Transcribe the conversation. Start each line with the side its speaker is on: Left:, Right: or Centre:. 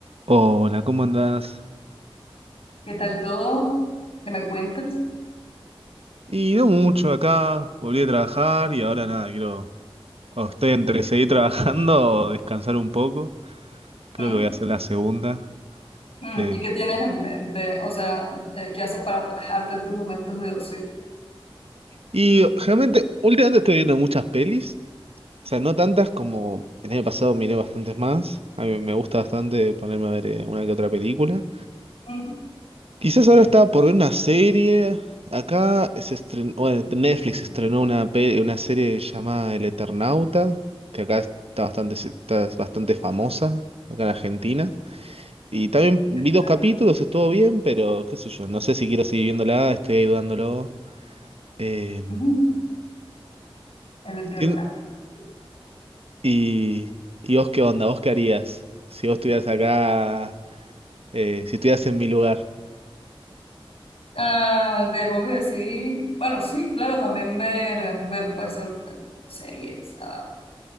Right: Hola, ¿cómo andás?
Left: ¿Qué tal todo? ¿Qué me cuentas?
Right: Y no mucho acá, volví a trabajar y ahora nada, quiero... o estoy entre seguir trabajando <laughs> o descansar un poco. Creo
Left: Mm,
Right: que voy a hacer la segunda.
Left: mm.
Right: Eh,
Left: ¿Y qué tienes en mente? O sea, eh, ¿qué haces para relajarte en tus momentos de ocio?
Right: Y realmente, últimamente estoy viendo muchas pelis. O sea, no tantas como el año pasado miré bastantes más. A mí me gusta bastante ponerme a ver eh, una que otra película.
Left: Mm,
Right: Quizás ahora estaba por ver una serie. Acá se estrenó, bueno, Netflix estrenó una, pe- una serie llamada El Eternauta, que acá está bastante, está bastante famosa, acá en Argentina. Y también vi
Left: Eternauta.
Right: dos capítulos, estuvo bien, pero qué sé yo, no sé si quiero seguir viéndola, estoy ahí dudándolo. Eh,
Left: Mm, El Eternauta.
Right: sí, y, ¿Y vos qué onda? ¿Vos qué harías si vos estuvieras acá, eh, si estuvieras en mi lugar?
Left: Ah, de hobby, así. Bueno, sí, claro, también ver, ver, puede ser bueno, series, ah,